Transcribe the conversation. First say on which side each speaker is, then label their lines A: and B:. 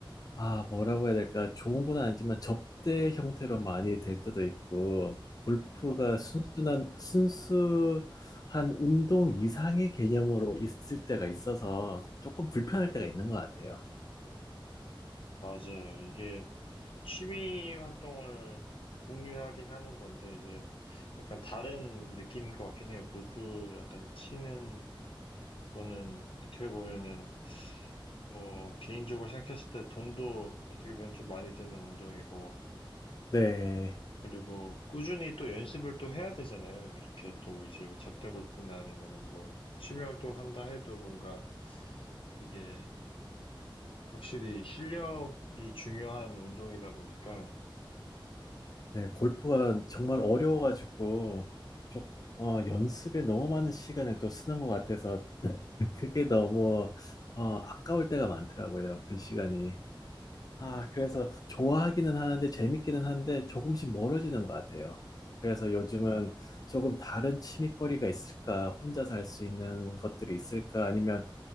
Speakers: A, on the left; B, on the left.
A: 아, 뭐라고 해야 될까? 좋은 건 아니지만 접대 형태로 많이 될 때도 있고, 골프가
B: 마-
A: 순순한, 순수한 운동 이상의 개념으로 있을 때가 있어서 조금 불편할 때가 있는 것 같아요.
B: 맞아요. 이게 취미 활동을 공유하긴 하는 건데, 이게 약간 다른 느낌인 것 같긴 해요. 골프 약간 치는 거는 어떻게 보면은, 뭐, 개인적으로 생각했을 때 돈도 어떻게 보면 좀 많이 드는 운동이고,
A: 네.
B: 그리고 꾸준히 또 연습을 또 해야 되잖아요. 이렇게 또 이제 뭐 잡대 골프나 아니면은 뭐, 취미 활동을 한다 해도 뭔가 이게 확실히 실력이 중요한 운동이다 보니까,
A: 네, 골프가 정말 어려워가지고, 좀, 어, 연습에 너무 많은 시간을 또 쓰는 것 같아서 그게 너무, 어, 아까울 때가 많더라고요. 그 시간이. 아, 그래서 좋아하기는 하는데 재밌기는 한데 조금씩 멀어지는 것 같아요. 그래서 요즘은 조금 다른 취미거리가 있을까? 혼자서 할 수 있는 것들이 있을까? 아니면,